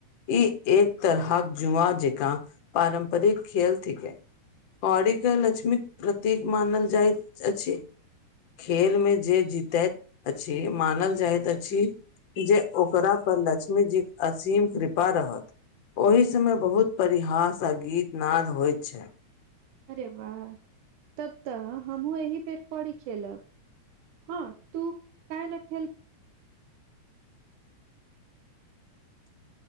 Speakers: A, on the left; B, on the right.
A: ई एक तरहक जुआ जेंका पारम्परिक खेल थिके। कड़ी के लक्ष्मीक प्रतीक मानल जाइत अछि। खेल मे जे जीतैत अछि मानल जाइत अछि। जे ओकरा पर लक्ष्मी जी असीम कृपा रहत ओहि सबय बहुत परिहास आ गीत नाद होइत छै।
B: अरे वाह! तब तऽ हमहुँ एहि बेर कौड़ी खेलब। हँ तू कय न खेल